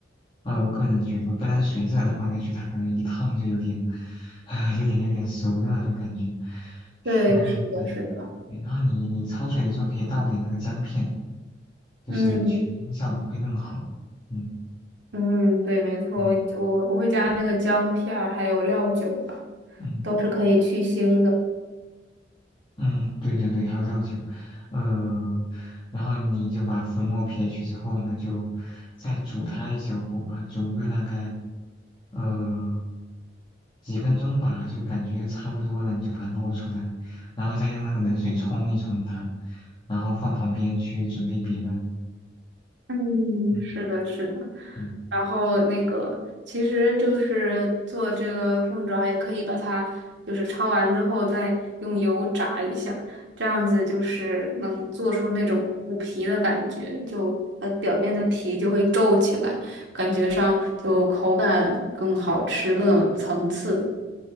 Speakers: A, on the left; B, on the right.
A: 啊、我个人觉得，不然水热的放下去，它可能一烫就有点，啊、有点有点熟的那种感觉。
B: 对，
A: 然后对，
B: 是的，是的，
A: 对然后你你焯水的时候可以倒点那个姜片，就是去腥效果会更好。
B: 嗯
A: 嗯
B: 嗯，对，没错，
A: 嗯
B: 我我会加那个姜片儿，还有料酒吧，
A: 嗯。
B: 都是可以去腥的。
A: 嗯，对对对，还有料酒，呃，然后你就把浮沫撇去之后呢，就再煮它一小会儿吧，煮个大概呃几分钟吧，就感觉差不多了，你就把它捞出来，然后再用那个冷水冲一冲它，然后放旁边去准备别的。
B: 嗯，
A: 嗯
B: 是的，是的。
A: 嗯。
B: 然后那个，其实就是做这个凤爪，也可以把它就是焯完之后再用油炸一下，这样子就是能做出那种虎皮的感觉，就它表面的皮就会皱起来，感觉上就口感更好吃，更有层次。